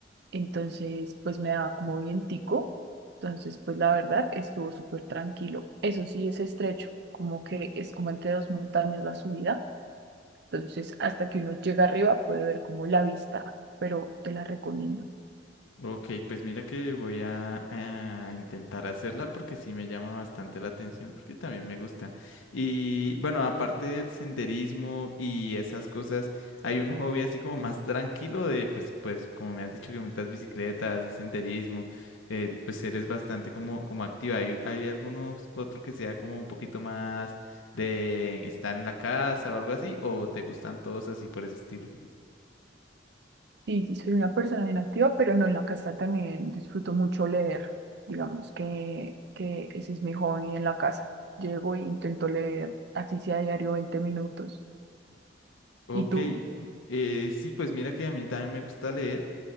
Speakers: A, on the right; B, on the left.
A: entonces pues me daba como vientico, entonces pues la verdad estuvo súper tranquilo. Eso sí es estrecho, como que es como entre dos montañas la subida, entonces hasta que uno llega arriba puede ver como la vista, pero te la recomiendo.
B: Ok, pues mira que voy a, a intentar hacerla porque sí me llama bastante la atención porque también me gusta. Y bueno, aparte del senderismo y esas cosas, hay un hobby así como más tranquilo de, pues, pues, como me has dicho que montas bicicletas, haces senderismo, eh, pues eres bastante como, como activa. ¿Hay, hay alguno otro que sea como un poquito más de estar en la casa o algo así? ¿O te gustan todos así por ese estilo?
A: Sí, sí, soy una persona bien activa, pero no en la casa también disfruto mucho leer. Digamos que, que ese es mi hobby en la casa. Llego e intento leer, así sea diario 20 minutos.
B: Ok,
A: ¿Y tú?
B: eh, sí, pues mira que a mí también me gusta leer,